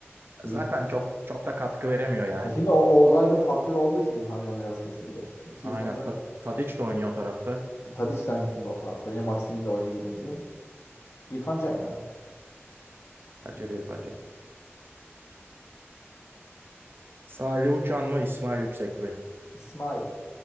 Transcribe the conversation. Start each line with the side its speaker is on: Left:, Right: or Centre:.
Left: Şimdi,
Right: Zaten
Left: İrf-
Right: çok çok da katkı veremiyor ya.
Left: Ya şimdi o Oğuz Aydın faktörü olduğu için İrfan Can biraz kesildi. Yoksa
Right: Aynen.
Left: İrfan Can
Right: Ta Tadiç de oynuyor o tarafta.
Left: Tadiç de aynı şimdi o tarafta oynuyor. Maxim'in de oyuna girince. İrfan Can ya.
Right: Bence değil bence. Salih Uçan mı İsmail Yüksek mi?
Left: İsmail.